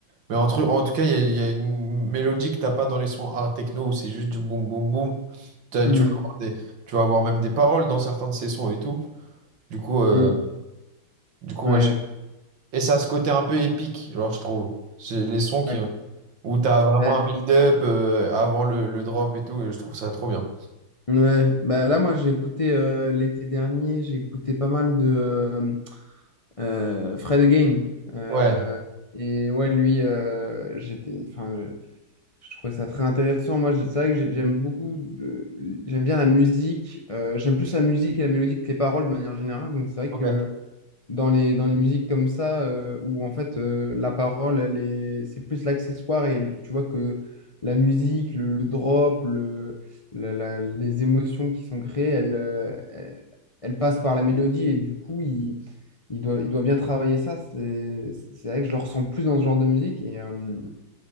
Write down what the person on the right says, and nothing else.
mais en, tru- en tout cas, il y a, il y a une mélodie que t'as pas dans les sons art techno où c'est juste du boum boum boum. T'as-
Tu vas avoir des, tu vas avoir même des paroles dans certains de ces sons et tout. Du coup, euh,
du coup,
ouais, je- et ça a ce côté un peu épique, genre, je trouve. C'est les sons qui,
où t'as vraiment
un build-up euh, avant le, le drop et tout, et je trouve ça trop bien.
Ouais,
ouais,